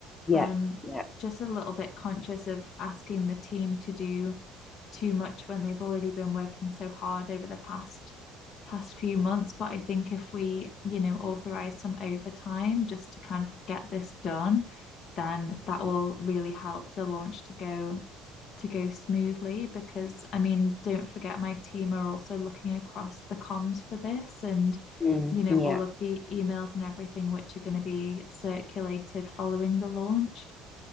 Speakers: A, on the left (about 20°); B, on the left (about 50°).
A: Yeah,
B: I'm
A: yeah,
B: just a little bit conscious of asking the team to do too much when they've already been working so hard over the past past few months but i think if we you know authorize some overtime just to kind of get this done then that will really help the launch to go to go smoothly because i mean don't forget my team are also looking across the comms for this and
A: Mm,
B: you know
A: yeah.
B: all of the emails and everything which are going to be circulated following the launch